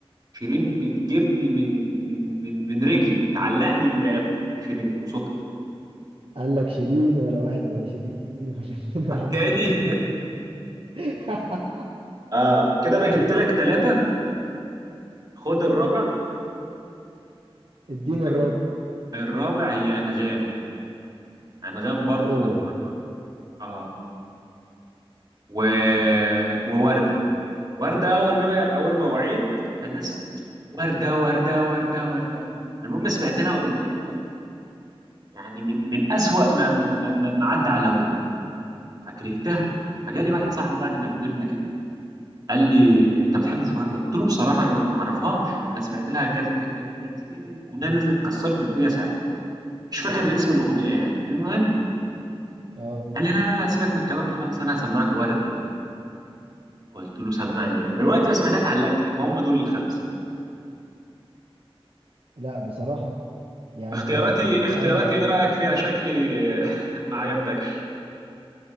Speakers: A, on the right; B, on the right.
A: شيرين بتجيبني من من من من رجلي تعلقني من رقبتي شيرين وصوتها
B: قال لك شيرين ولا واحد وعشرين <laughs> ولا اتنين وعشرين
A: تاني
B: <laughs>
A: اه كده انا جبت لك ثلاثة خد الرابع
B: الدين الرابع
A: الر- الرابع هي انغام انغام برضو
B: اوه
A: بتمر اه و... ووردة وردة اول ما انا اول ما وعيت فالناس وردة وردة وردة وردة المهم سمعت لها اغنيتين كده يعني من من اسوأ ما ما ما, ما ما عدى على وداني فكرهتها فجالي واحد صاحبي بعد ما كبرنا كده قال لي انت ما بتحبش ورده قلت له بصراحه انا ما ما اعرفها اعرفهاش انا سمعت لها كذا كذا كذا كانت في اغنيه نزلت كسرت الدنيا ساعتها مش فاكر الاسم الاغنيه يعني المهم
B: اه
A: قال لي لا لا لا سيبك من الكلام ده خالص انا هسمعك ورده بقى قلت له سمعني ورده من وقت ما سمعتها اتعلقت بيها فهم دول الخمسه
B: لا بصراحة يعني
A: اختياراتي
B: آه،
A: اختياراتي
B: انا
A: ايه رايك فيها شكلي <laughs> ما عجبتكش